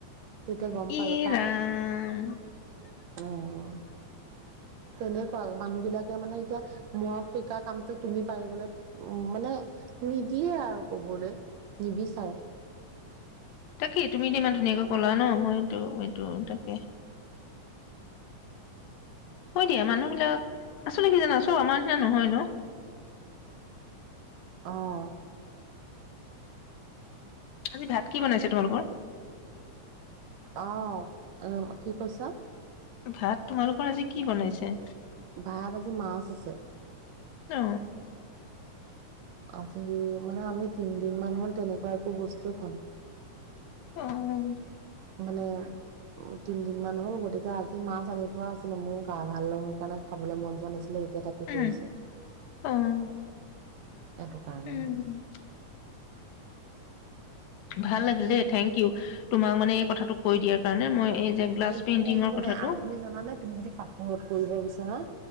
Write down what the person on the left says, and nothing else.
ই
ৰাম
তাকেই, তুমি এতিয়া ইমান ধুনীয়াকৈ ক'লা ন, মই এইটো-এইটো তাকে। হয় দিয়া, মানুহ বিলাক, আছলতে কি জানা, চব আমাৰ নিচিনা নহয় ন।
আজি ভাত কি বনাইছে তোমালোকৰ?
ভাত তোমালোকৰ আজি কি বনাইছে?
অ।
অ'।
উম,
অ',
উম, ভাল
লাগিল দেই থেংক ইউ। তোমাক মানে এই কথাটো কৈ দিয়াৰ কাৰণে মই এই যে গ্লাছ
পেইন্টিঙৰ
কথাটো